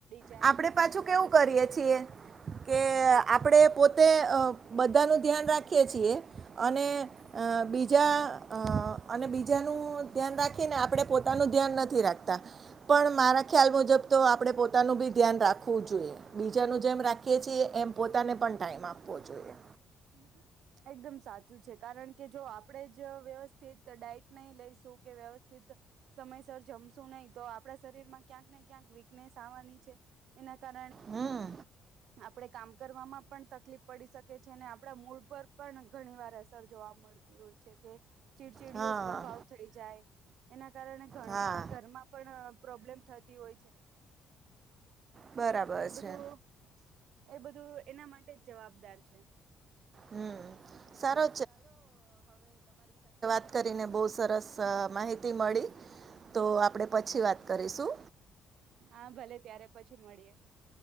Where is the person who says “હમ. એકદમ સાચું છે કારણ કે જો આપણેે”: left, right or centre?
Right